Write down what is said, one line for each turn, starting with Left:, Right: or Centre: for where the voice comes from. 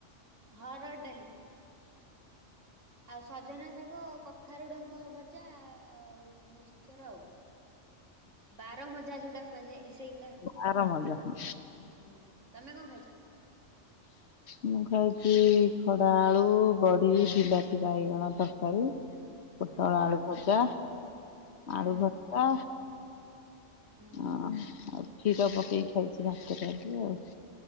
Right: ହରଡ୍ ଡାଲି। ଆଉ ସଜନା ଶାଗ କଖାରୁଡଙ୍କ ଭଜା ଆଉ ମିସ୍‌ଚର ଆଉ। ବାର ମଜା ଯୋଉଟାକୁ କୁହାଯାଏ ଏ ସେଇଗୋଟା।
Left: ତାର ମଜା ହଁ
Right: ହୁଁ ତମେ କଁ ଖାଇଚ?
Left: ମୁଁ ଖାଇଚି ଖଡା ଆଳୁ ବଡି ବିଲାତି ବାଇଗଣ ତରକାରୀ।
Right: <inaudible>
Left: ପୋଟଳ ଆଳୁ ଭଜା
Right: ହୁଁ
Left: ଆଳୁ ଭର୍ତ୍ତା।
Right: ହୁଁ।
Left: ଅଁ ଆଉ କ୍ଷୀର ପକେଇକି ଖାଇଛି ଭାତରେ ଆଜି ଆଉ।